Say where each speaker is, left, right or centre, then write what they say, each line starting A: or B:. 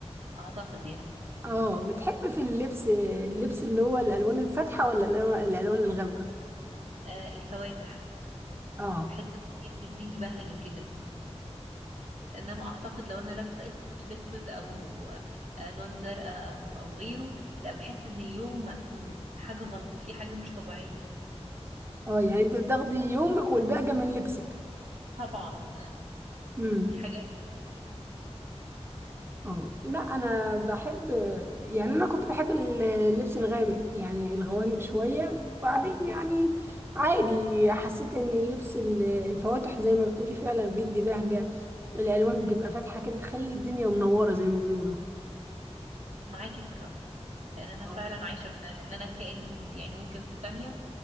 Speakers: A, on the right; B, on the right.
A: اعتقد يعني
B: اه بتحب في اللبس اللبس اللي هو الالوان الفاتحه ولا الألوان الألوان الغامقه
A: آه الفواتح
B: اه
A: بحس ان هي بتديني بهجه كده انما اعتقد لو انا لابسه اسود في اسود او الوان زرقاء او او غيره لا بحس ان اليوم مقفول حاجه غلط في حاجه مش طبيعيه
B: اه يعني انت بتاخدي يومك والباقي من لبسك
A: طبعا
B: امم
A: دي حاجه
B: اه لا انا بحب يعني انا كنت بحب اللبس الغامق يعني الغوامق شويه وبعدين يعني عادي حسيت ان اللبس ال- الفواتح زي ما بتقولي فعلا بيدي بهجه الالوان بتبقى فاتحه كده تخلي الدنيا منوره زي ما بيقولوا
A: معاكي في الراي لان انا فعلا
B: اه
A: عايشه بده لان انا كائن مودي يعني ممكن في ثانيه